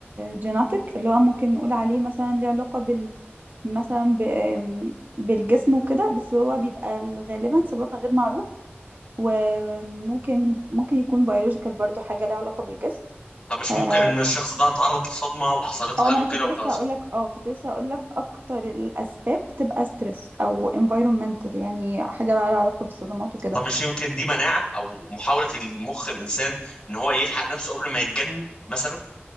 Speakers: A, on the right (about 50°); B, on the left (about 20°).
A: جيناتيك اللي هو ممكن نقول عليه مثلا ليه علاقه بال مثلا ب- آم، بالجسم وكده بس هو بيبقى غالبا سببها غير معروف وممكن ممكن يكون بيولوجيكال برضو حاجه ليها علاقه بالجسم
B: طب مش
A: اه
B: ممكن ان الشخص ده اتعرض لصدمه وحصلتها
A: آه،
B: له
A: ما انا
B: كده
A: كنت
B: وخلاص
A: لسه هقول لك اه كنت لسه هقول لك اكتر الاسباب بتبقى ستريس او environmental يعني حاجه بقى لها علاقه بالصدمات وكده
B: طب مش يمكن دي مناعه او محاوله المخ الانسان ان هو يلحق نفسه قبل ما يتجنن مثلا